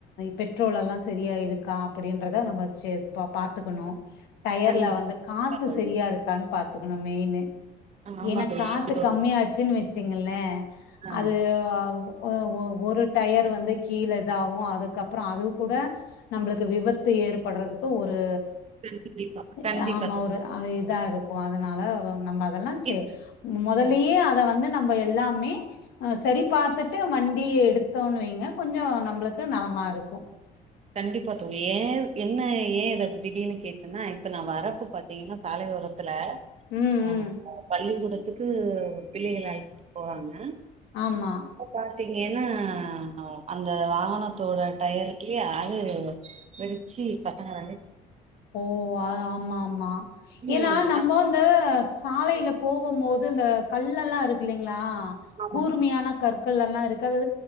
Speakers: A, on the left; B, on the right.
A: பெட்ரோல் எல்லாம் சரியா இருக்கா அப்படின்றத நம்ம செ பாத்துக்கணும் டயர்ல
B: கண்டிப்பா
A: வந்து காத்து
B: தோழி
A: செரியா இருக்கான்னு பாத்துக்கணும் மெயின்னு
B: ஆ, ஆமா
A: ஏன்னா
B: தோழி
A: காத்து
B: ஆமா தோழி
A: கம்மியாச்சுன்னு வச்சிகுங்களே
B: ஆ
A: அது ஒ ஒ ஒரு டயர் வந்து கீழ இதாவும் அதுக்கப்பறம் அப்புறம் அது கூட நம்மளுக்கு விபத்து ஏற்பட்றதுக்கு ஒரு
B: கண்டிப்பா
A: து
B: கண்டிப்பா
A: ஆமா
B: தோழி
A: ஒரு அ இதா இருக்கூ அதனால நம்ம அதெல்லா சே
B: இப்
A: மொதல்லயே
B: ம்
A: அத வந்து நம்போ எல்லாமே அ சரி பாத்துட்டு வண்டிய எடுத்தோன்னுவைங்க கொஞ்சோ நம்பளுக்கு நலமா இருக்கூ
B: கண்டிப்பா தோழி ஏன் என்ன ஏன் இத திடீனு கேட்டன்னா இப்ப நா வரப்ப பாத் த்தீங்கன்னா சாலை ஒரத்துல
A: ம்
B: அ
A: ம்
B: பள்ளிக்கூடத்துக்கு பிள்ளைகள அழைத்து போவாங்க
A: ஆம்மா
B: பாத்தீங்கேன்னா அந்த வாகனத்தோட டயருக்கே அணி வெடிச்சி கட்டாங்கர
A: ஓ ஆ ஆம்மா ஆம்மா
B: ம்
A: ஏன்னா நம்போ இந்த சாலையில போகும் போது இந்த கல்லெல்லா இருக்கு இல்லைங்ளா
B: ஆமா
A: கூர்மயான கற்க் கள்லல்லா இருக்கு அது